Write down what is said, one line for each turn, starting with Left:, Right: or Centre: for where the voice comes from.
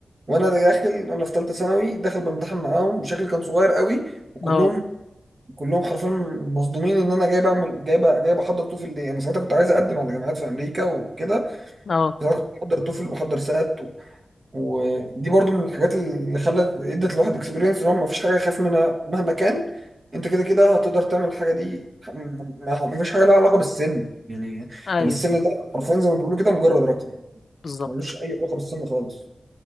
Right: وانا داخل انا في ثالثه ثانوي داخل بامتحن معاهم بشكل كان صغير قوي وكلهم
Left: اه
Right: كلهم حرفيا مصدومين ان انا جاي بعمل جاي ب- جاي بحضر توفل ليه انا ساعتها كنت عايز اقدم على جامعات في امريكا وكده
Left: اه
Right: ساعتها كنت بحضر توفل وبحضر سات ودي برضو من الحاجات اللي خلت ادت الواحد اكسبيرينس ان هو مفيش حاجه يخاف منها مهما كان انت كده كده هتقدر تعمل الحاجه دي م- م- مفيش حاجه لها علاقه بالسن يعني يعني
Left: ايوه
Right: السن ده حرفيا زي ما بيقولوا كده مجرد رقم
Left: بالظبط
Right: ملوش اي علاقه بالسن خالص